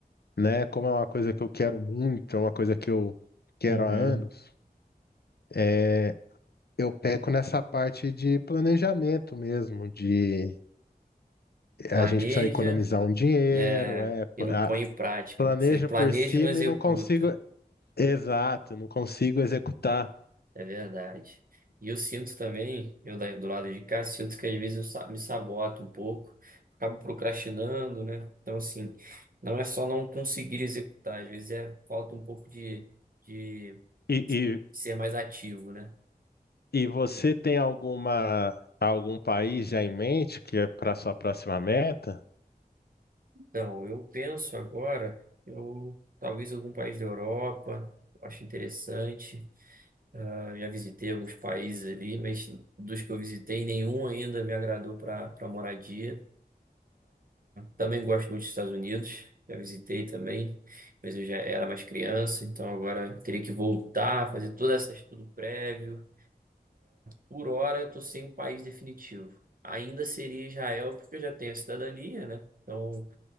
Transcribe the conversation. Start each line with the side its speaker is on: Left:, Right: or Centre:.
Left: né? Como é uma coisa que eu quero muito, é uma coisa que eu quero
Right: Uhum.
Left: há anos, é, eu peco nessa parte de planejamento mesmo, de a
Right: Planeja,
Left: gente precisa economizar um dinheiro,
Right: é,
Left: é,
Right: e
Left: pla-
Right: não põe em prática,
Left: planejo
Right: né? Você planeja
Left: por cima
Right: e não executa.
Left: e não consigo, exato, não consigo executar.
Right: É verdade. E eu sinto também, eu da- do lado de cá, sinto que às vezes eu sa- me saboto um pouco, acabo procrastinando, né? Então, assim, não é só não conseguir executar, às vezes é falta um pouco de, de
Left: E, e,
Right: ser mais ativo, né?
Left: e você tem alguma algum país já em mente que é para sua próxima meta?
Right: Não, eu penso agora, eu talvez algum país da Europa, eu acho interessante. Ah, já visitei alguns países ali, mas dos que eu visitei, nenhum ainda me agradou para para moradia. Também gosto muito dos Estados Unidos, já visitei também, mas eu já era mais criança, então agora eu teria que voltar, fazer todo esse estudo prévio. Por hora, eu estou sem um país definitivo. Ainda seria Israel, porque eu já tenho a cidadania, né? Então,